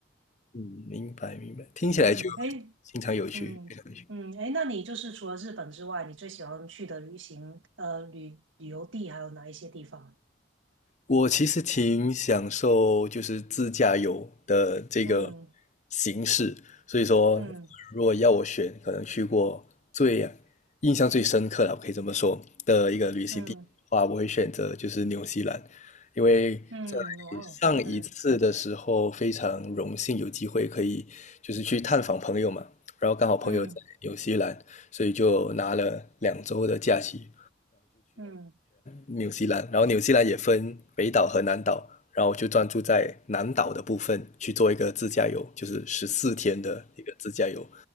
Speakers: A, on the left; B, on the right.
A: 嗯，明白明白，听起来就
B: 嗯，哎，
A: 非常有趣，
B: 嗯嗯，
A: 非常有趣。
B: 哎，那你就是除了日本之外，你最喜欢去的旅行呃旅旅游地还有哪一些地方？
A: 我其实挺享受就是自驾游的这个
B: 嗯
A: 形式，所以说如果要我选，
B: 嗯
A: 可能去过最印象最深刻了，我可以这么说的一个旅行地的话，
B: 嗯
A: 我会选择就是纽西兰，因为在上一次的时候非常荣幸有机会可以就是去探访朋友嘛，
B: 嗯，哇哦，对，
A: 然后刚好朋友在纽西兰，
B: 嗯
A: 所以就拿了两周的假期，
B: 嗯。
A: 纽西兰，然后纽西兰也分北岛和南岛，然后我就专注在南岛的部分去做一个自驾游，就是十四天的一个自驾游，